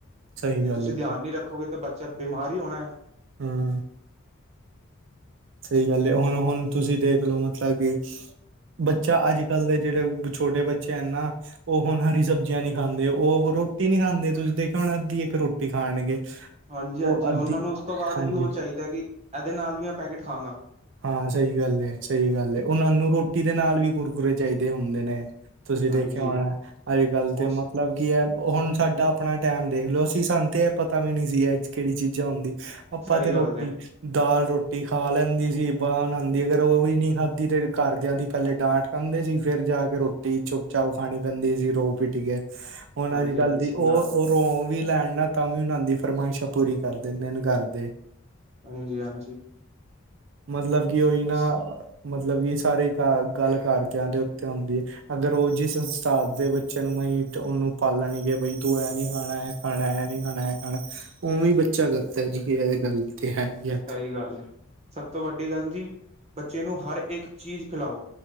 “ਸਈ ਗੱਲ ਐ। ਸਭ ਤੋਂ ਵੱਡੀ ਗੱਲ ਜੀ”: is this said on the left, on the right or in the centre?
Right